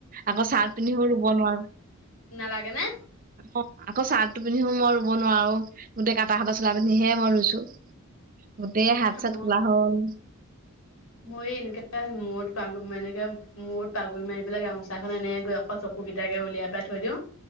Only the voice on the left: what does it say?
লাগে নে
মই
মই এনেকে মূৰত পাগু মানে মূৰত পাগুৰি মাৰিবেলা গামোচা খন এনে গৈ অকল চকু চকুকেইটা উলিয়াই পেলাই থৈ দিওঁ